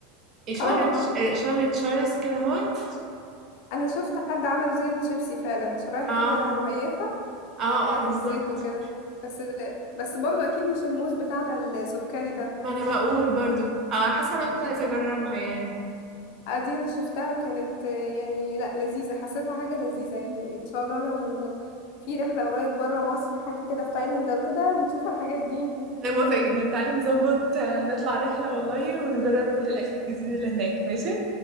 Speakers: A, on the right (about 35°); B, on the left (about 65°).
A: إيه،
B: <laughs>
A: شبه
B: اه
A: التش- آه، شبه التشارز كده اهوت
B: انا شفت حد عمل زي الشيبسي فعلا شرايح
A: اه
B: كده رهيفة وقلاها
A: اه اه بالظبط
B: في الزيت وكده بس ده بس برضه اكيد مش الموز بتاعنا السكري ده
A: ما انا بقول برضو اه حاسة انا
B: اكيد
A: كنت عايزة اجربها يعني
B: آه، دي انا شفتها وكانت آه، يعني لا لذيذة حسيتها حاجة لذيذة يعني ان شاء الله لو في رحلة قريب برا مصر حاجة كده في تايلاند او كده نشوف الحاجات دي
A: انا موافقة جدا تعالي نظبط آه، نطلع
B: <laughs>
A: رحلة والله ونجرب كل الاكل الجديد اللي هناك ماشي